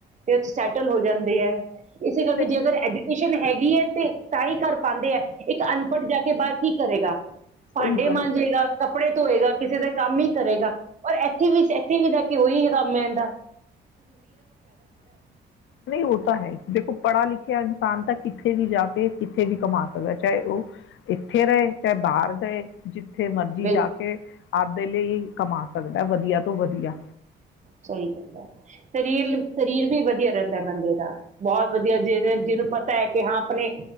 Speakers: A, on the right; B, on the left.
A: ਤੇ ਸੈਟਲ ਹੋ ਜਾਂਦੇ ਹੈ। ਇਸੇ ਕਰਕੇ
B: ਤੇ
A: ਜੇ ਅਗਰ ਐਜੂਕੇਸ਼ਨ ਹੈਗੀ ਹੈ। ਤੇ ਤਾਂ ਹੀ ਕਰਰ ਪਾਉਂਦੇ ਹੈ। ਇੱਕ ਅਨਪਟ ਜਾ ਕੇ ਬਾਹਰ ਕੀ ਕਰੇਗਾ। ਭਾਂਡੇ
B: ਸਹੀ ਗੱਲ।
A: ਮੰਾਂਜੇਗਾ ਕੱਪੜੇ ਧੋਏਗਾ ਕਿਸੇ ਦਾ ਕੰਮ ਹੀ ਕਰੇਗਾ ਰ ਇੱਥੇ ਵੀ ਇੱਥੇ ਵੀ ਲੈ ਕੇ ਉਹੀ ਹੈ। ਕੰਮ ਹੈਦਾ
B: ਨਹੀਂ ਹੋਤਾ ਹੈ। ਦੇਖੋ ਪੜ੍ਹਾ ਲਿਖਿਆ ਇਨਸਾਨ ਤੱਕ ਕਿੱਥੇ ਵੀ ਜਾ ਕੇ ਕਿੱਥੇ ਵੀ ਕਮਾ ਸਕਦਾ ਚਾਹੇ ਉਹ ਇੱਥੇ ਰਹੇ ਚਾਹੇ ਬਾਹਰ ਜਿੱ <unintelligible> ਜਥੇ ਮਰਜ਼ੀ
A: ਹੈ
B: ਜਾ ਕੇ ਆਪਦੇ ਲਈ ਕਮਾ ਸਕਦਾ ਵਧੀਆ ਤੋਂ ਵਧੀਆ
A: ਸਹੀ ਗੱਲ ਹੈ। ਸਰੀਰ ਸਰੀਰ ਵੀ ਵਧੀਆ ਰਹਿੰਦਾ ਬੰਦੇ ਦਾ ਬਹੁਤ ਵਧੀਆ ਜਿਹਨ ਜਿਹਨੂੰ ਪਤਾ ਹੈ। ਕਿ ਹਾਂ ਆਪਣੇ